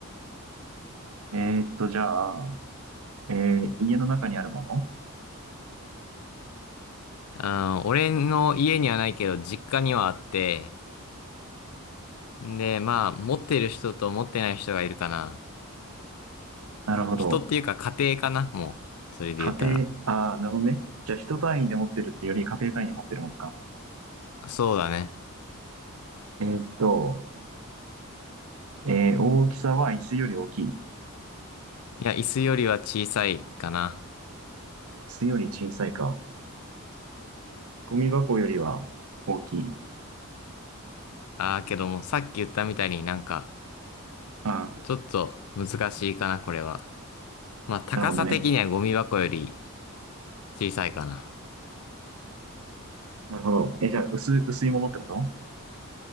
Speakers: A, on the right; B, on the left.
A: えーっと、じゃあ、えー家の中にあるもの
B: あー、俺の家にはないけど、実家にはあって、んで、まあ、持ってる人と持ってない人がいるかな。
A: なるほど。
B: 人っていうか家庭かな、もう。それで言ったら。
A: 家庭、ああ、なるほどね。じゃあ、人単位で持ってるってより家庭単位で持ってるものか。
B: そうだね。
A: えーっと、えー大きさは椅子より大きい。椅
B: いや、椅子よりは小さいかな。
A: 子より小さいか。ゴミ箱よりは大きい。
B: ああ、けども、さっき言ったみたいになんか、
A: ああ、
B: ちょっと難しいかな、これは。まあ、高さ的にはゴミ箱より
A: なるほどね。
B: 小さいかな。
A: なるほど。え、じゃあ、薄薄いものってこと